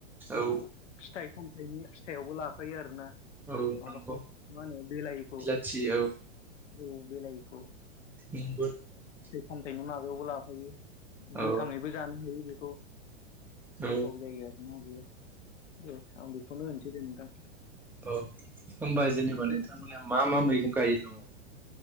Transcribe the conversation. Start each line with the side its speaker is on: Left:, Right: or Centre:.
Centre: औ
Left: बेखौ फिथाइ सामथायाइनि फिथाइआवबो लाफायो आरो ना
Centre: औ
Left: माबाखौ
Centre: नंगौ
Left: मा होनो बिलाहिखौ
Centre: बिलाथि औ
Left: औ बिलाहिखौ
Centre: <unintelligible>
Left: फामथाइनि माबायावबो लाफायो गोथाङैबो
Centre: औ
Left: जानो हायो बेखौ
Centre: औ
Left: गोथाव जायो आरोना बेयो आं बेखौनो होनसै दे नोंथां।
Centre: अ होनबा जेनेबा
Left: ओमफ्राय
Centre: नोंथांमोनहा मा मा मैगं गायो न'आव?